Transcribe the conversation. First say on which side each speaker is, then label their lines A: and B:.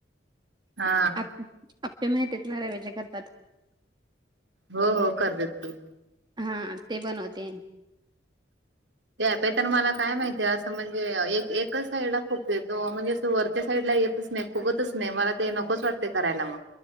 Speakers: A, on the right (about 80°); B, on the right (about 25°).
A: हा
B: आप आप्पे माहती आहेत ना रवेजे करतात
A: हो हो कर देत तू
B: हा ते बनवते
A: त्यापे तर मला काय माहितीय असं म्हणजे एक एकच साईडला खोकते तो म्हणजे असं वरच्या साईडला येत नाही फुगतच नाही मला ते नकोच वाटते करायला मग